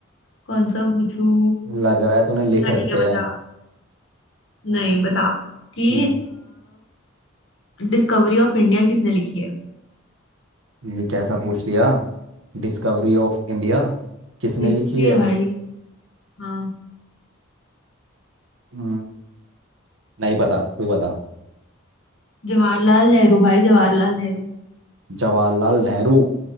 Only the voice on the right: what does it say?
लग रहा है तूने लिख
रखे
हैं
हम्म
ये कैसा पूछ दिया डिस्कवरी ऑफ इंडिया किसने
लिखी है
हम्म, नहीं पता तू बता
जवाहरलाल नेहरू